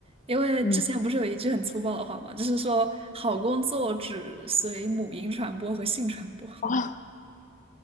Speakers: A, on the right; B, on the left.
A: 因为之前不是有一句很粗暴的话嘛，
B: 嗯，
A: 就是说好工作只随母婴传播和性传播。
B: <laughs> 啊。